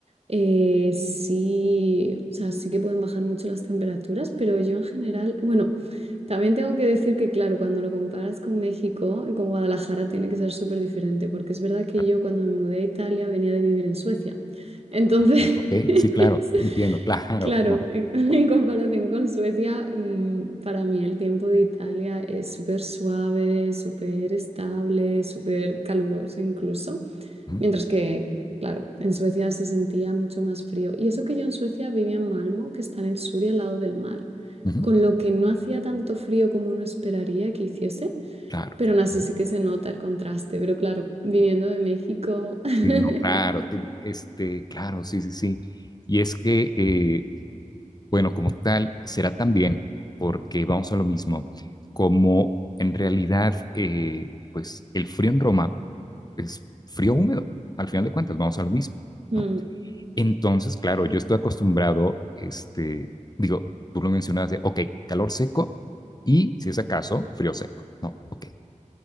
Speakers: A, on the right; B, on the left.
A: eh, sí, o sea, sí que pueden bajar mucho las temperaturas, pero yo en general, bueno, También tengo que decir que, claro, cuando lo comparas con México, y con Guadalajara, tiene que ser súper diferente, porque es verdad que
B: Claro.
A: yo cuando me mudé a Italia venía de vivir en Suecia. Entonces,
B: Ah, ok,
A: <laughs>
B: sí, claro, entiendo, claro.
A: claro,
B: ajá,
A: en, <laughs> en comparación con Suecia, mm, para mí el tiempo de Italia es súper suave, súper estable, súper caluroso incluso.
B: ujú,
A: Mientras que, claro, en Suecia se sentía mucho más frío. Y eso que yo en Suecia vivía en Malmo, que está en el sur y al lado del mar,
B: ujú,
A: con lo que no hacía tanto frío como uno esperaría que hiciese,
B: claro.
A: pero aún así
B: ajá.
A: sí que se nota el contraste. Pero claro, viniendo de México. <laughs>
B: Sí, no, claro, te- este, claro, sí, sí, sí. Y es que, eh, bueno, como tal, será también, porque vamos a lo mismo, como en realidad, eh, pues el frío en Roma es frío húmedo, al final de cuentas, vamos a lo mismo,
A: Mm,
B: ¿no? Entonces, claro, yo estoy acostumbrado, este, digo, tú lo mencionabas de, ok, calor seco y, si es acaso, frío seco, ¿no? Ok.